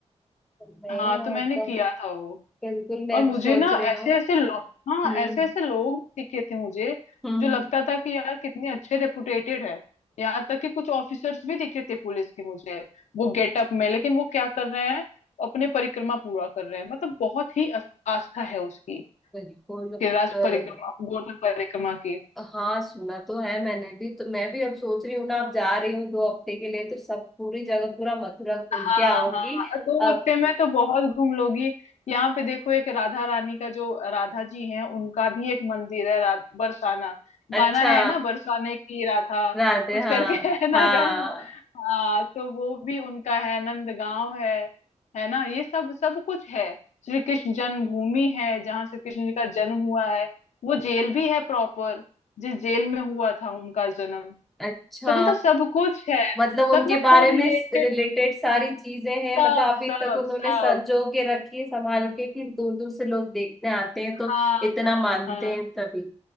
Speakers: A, in the centre; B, on the left (about 75°).
A: मैं
B: हाँ तो मैंने
A: तो
B: किया था वो
A: बिल्कुल मैं
B: और मुझे
A: भी सोच
B: ना
A: रही
B: ऐसे
A: हूँ
B: ऐसे लोग हाँ
A: हम्म
B: ऐसे ऐसे लोग दिखे थे मुझे
A: हम्म हम्म,
B: जो लगता था कि यार कितने अच्छे रेपुटेटेड है यहाँ तक कि कुछ ऑफिसर्स भी दिखे थे पुलिस के मुझे वो गेटअप में लेकिन वो क्या कर रहे हैं अपने परिक्रमा पूरा कर रहे हैं मतलब बहुत ही आस- आस्था है उसकी
A: बिल्कुल
B: कि राज
A: अ,
B: परिक्रमा गोवर्धन परिक्रमा की
A: हाँ सुना तो है मैंने भी तो मैं भी अब सोच रही हूँ ना अब जा रही हूँ दो हफ्ते के लिए तो सब पूरी जगह पूरा मथुरा घूम
B: हाँ
A: के आऊंगी
B: हाँ दो
A: अब
B: हफ्ते में तो बहुत घूम लोगी यहाँ पे देखो एक राधा रानी का जो राधा जी हैं उनका भी एक मंदिर है रा- बरसाना
A: अच्छा
B: गाना है ना बरसाने की राधा
A: राधे
B: कुछ
A: हाँ
B: करके <laughs> है ना
A: हाँ
B: गाना हाँ तो वो भी उनका है नंदगांव है है ना ये सब सब कुछ है श्री कृष्ण जन्मभूमि है जहाँ श्री कृष्ण जी का जन्म हुआ है वो जेल भी है प्रॉपर जिस जेल में हुआ था उनका जन्म
A: अच्छा
B: सब मतलब सब कुछ है
A: मतलब उनके
B: सब ना
A: बारे
B: कोरिलेटेड
A: में रिलेटेड सारी चीजें हैं
B: सब
A: मतलब अभी
B: सब
A: तक उन्होंने
B: सब
A: संजो के रखी है संभाल के कि दूर दूर से लोग देखने आते हैं तो
B: हाँ
A: इतना
B: हाँ
A: मानते
B: हाँ
A: हैं तभी